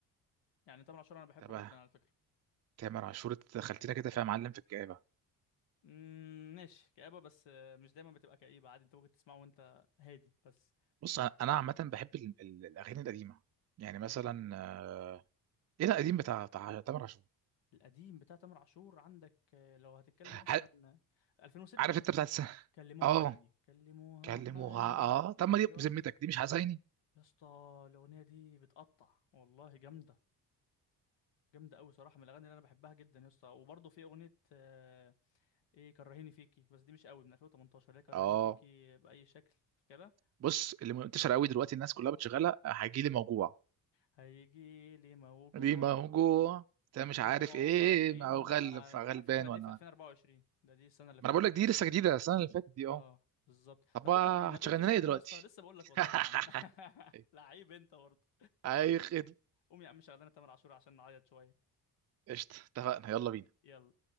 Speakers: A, on the left (about 80°); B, on the right (about 40°).
A: يعني تامر عاشور انا بحبه
B: تمام
A: جدا على فكره
B: تامر عاشور انت دخلتنا كده فيها معلم في الكآبه
A: امم ماشي كآبة بس آه، مش دايما بتبقى كئيبة عادي انت ممكن تسمعه وانت هادي بس
B: بص انا أنا عامه بحب ال- ال- الاغاني القديمه يعني مثلا آه، ايه ده القديم بتاع بتاع تامر عاشور
A: القديم بتاع تامر عاشور عندك آه، لو هتتكلم مثلا
B: ح-
A: آه، 2006
B: عارف انت بتاعت الس-
A: كلموها
B: اه
A: عني كلموها
B: كلموها
A: عني
B: اه طب ما دي
A: ايوه
B: بذمتك دي مش حزيني
A: يا اسطى الاغنيه دي بتقطع والله جامده جامده قوي صراحه من الاغاني اللي انا بحبها جدا يا اسطى وبرضه في اغنيه آه، ايه كرهيني فيكي بس دي مش قوي من 2018 اللي هي كرهيني
B: اه
A: فيكي باي شكل فاكرها
B: بص اللي منتشر قوي دلوقتي الناس كلها بتشغلها هجيلي موجوع
A: هيجي لي موجوع
B: دي موجوع انت مش
A: دموعه
B: عارف ايه
A: في عينه
B: ما هو غل
A: وزعل
B: غلبان
A: على فكرة دي
B: ولا
A: في
B: عارف.
A: 2024 ده دي السنة اللي
B: ما
A: فاتت
B: انا بقول لك
A: دي
B: دي لسه جديده السنه اللي فاتت دي
A: اه
B: اه
A: بالظبط
B: طب
A: طب
B: هتشغلنا
A: بقول لك ايه ما تقوم تشغل
B: ايه دلوقتي
A: لنا يا اسطى لسه بقول لك
B: <laughs>
A: والله يا عم <laughs> لعيب انت برضه
B: اي خدمه
A: قوم يا عم شغل لنا تامر عاشور عشان نعيط شوية
B: قشطه اتفقنا يلا بينا
A: يلا